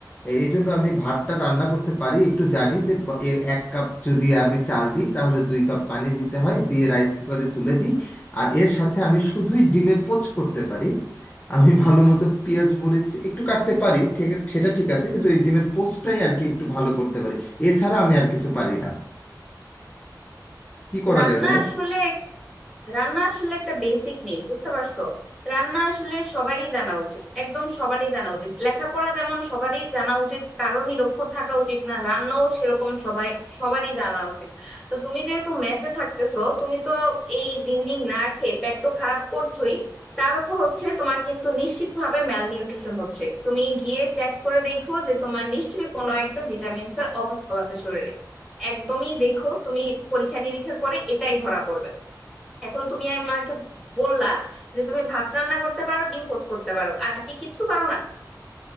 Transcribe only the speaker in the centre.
রান্না
আসলে রান্না আসলে একটা বেসিক নিড বুঝতে পারছো রান্না আসলে সবারই জানা উচিত একদম সবারই জানা উচিত লেখাপড়া যেমন সবারই জানা উচিত কারো নিরক্ষর থাকা উচিত না রান্নাও সেরকম সবাই সবারই জানা উচিত তো তুমি যেহেতু মেসে থাকতেছো তুমি তো এই দিন দিন না খেয়ে পেট তো খারাপ করছোই তার উপর হচ্ছে তোমার কিন্তু নিশ্চিতভাবে ম্যালনিউট্রিশন হচ্ছে তুমি গিয়ে চেক করে দেখো যে তোমার নিশ্চয়ই কোনো একটা ভিটামিনস এর অভাব আছে শরীরে একদমই দেখো তুমি পরীক্ষা নিরীক্ষা করে এটাই ধরা পড়বে এখন তুমি আমাকে বললা যে তুমি ভাত রান্না করতে পারো ডিম পোচ করতে পারো আর কি কিচ্ছু পারো না